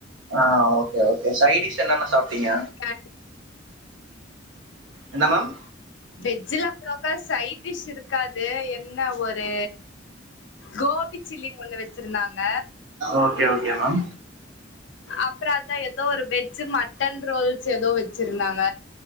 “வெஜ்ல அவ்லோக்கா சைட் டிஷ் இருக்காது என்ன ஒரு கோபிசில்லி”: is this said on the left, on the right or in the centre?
Left